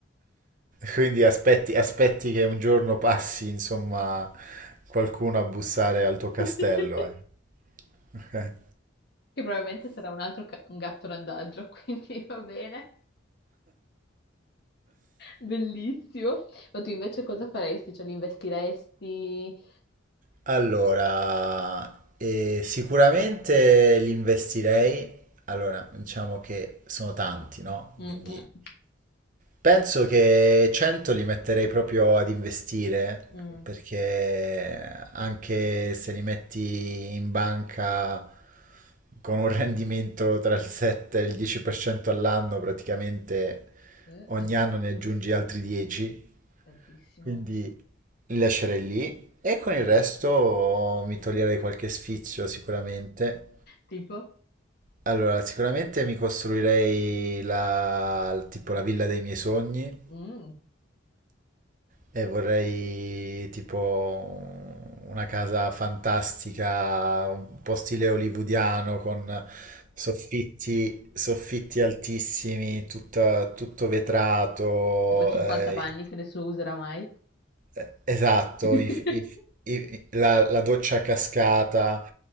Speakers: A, on the right (about 40°); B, on the left (about 55°).
A: Quindi aspetti, aspetti che un giorno passi, insomma, qualcuno a bussare al tuo castello,
B: <laughs>
A: eh. <laughs> Ok.
B: Che probabilmente sarà un altro ca- un gatto randaggio, <laughs> quindi va bene. Bellissimo. Ma tu invece cosa faresti? Cioè, li investiresti?
A: Allora, eh, sicuramente li investirei. Allora, diciamo che sono tanti, no?
B: Mm,
A: Quindi
B: mm,
A: penso che 100 li metterei proprio ad investire,
B: mm.
A: perché anche se li metti in banca con un <laughs> rendimento tra il 7 e il 10% all'anno, praticamente
B: Eh,
A: ogni
B: hai
A: anno
B: voglia?
A: ne aggiungi altri 10.
B: Tantissimo.
A: Quindi li lascerei lì e con il resto mi toglierei qualche sfizio sicuramente.
B: Tipo?
A: Allora, sicuramente mi costruirei la, tipo la villa dei miei sogni
B: Mm,
A: e vorrei tipo una casa fantastica, un po' stile hollywoodiano con soffitti, soffitti altissimi, tutta- tutto vetrato,
B: tipo 50
A: eh,
B: bagni che nessuno userà mai.
A: Eh, Esatto,
B: <laughs>
A: inf- inf- i- la, la doccia a cascata,